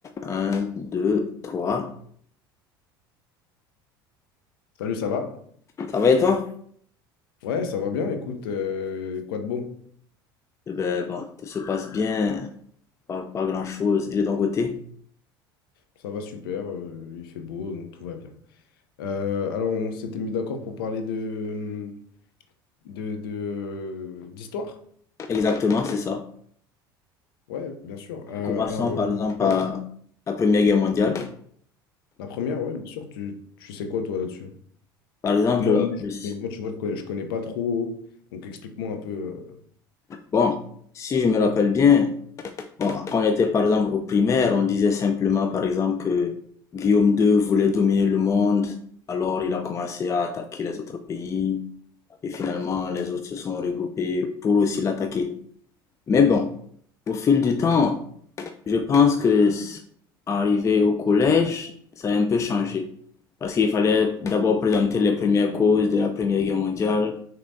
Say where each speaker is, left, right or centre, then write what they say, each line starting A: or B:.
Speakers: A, on the left; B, on the left.
A: Un, deux, trois.
B: Salut, ça va?
A: Ça va et toi?
B: Ouais, ça va bien. Écoute, euh, quoi de beau?
A: Eh ben, bon, tout se passe bien, pas, pas grand-chose. Il est de ton côté?
B: Ça va super, euh, il fait beau, donc tout va bien. Euh, alors, on s'était mis d'accord pour parler de, de, de- d'histoire.
A: Exactement, c'est ça.
B: Ouais, bien sûr. Euh,
A: Commençons
B: alors, euh,
A: par exemple par
B: bon,
A: la Première Guerre mondiale.
B: la première, ouais, bien sûr, tu, tu sais quoi, toi, là-dessus?
A: Par exemple,
B: Parce que moi,
A: euh,
B: moi,
A: je s-
B: je- moi, tu vois, je connais, je connais pas trop, donc explique-moi un peu. euh.
A: bon, si je me rappelle bien, bon, quand on était par exemple au primaire, on disait simplement par exemple que Guillaume II voulait dominer le monde, alors il a commencé à attaquer les autres pays, et finalement les autres se sont regroupés pour aussi l'attaquer. Mais bon, au fil du temps, Je pense que arrivé au collège, ça a un peu changé. Parce qu'il fallait d'abord présenter les premières causes de la Première Guerre mondiale,